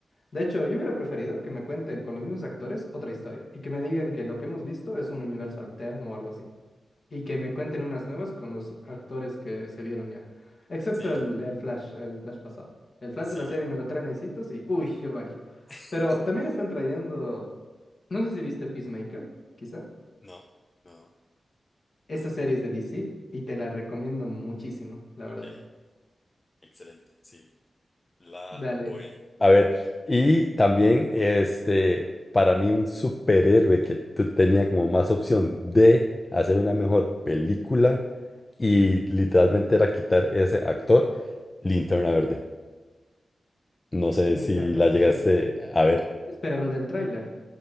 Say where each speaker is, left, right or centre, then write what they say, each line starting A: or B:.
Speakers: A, on the left; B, on the left.
A: De hecho, yo hubiera preferido que me cuenten con los mismos actores otra historia y que me digan que lo que hemos visto es un universo alterno o algo así. Y que me cuenten unas nuevas con los actores que se vieron ya. Excepto
B: Sí,
A: el, el Flash, el Flash pasado. El Flash
B: sí.
A: de la serie me lo traen a y uy, yo bailo.
B: <laughs>
A: Pero también están trayendo, no sé si viste Peacemaker, quizá.
B: No, no.
A: Esa serie es de DC y te la recomiendo muchísimo, la
B: Ok,
A: verdad.
B: excelente, sí. la
A: Dale,
B: voy. A ver, y también este, para mí un superhéroe que tú tenía como más opción de hacer una mejor película y literalmente era quitar ese actor, Linterna Verde. No sé si
A: Interna
B: la
A: Verde.
B: llegaste a ver.
A: Espera, lo del tráiler.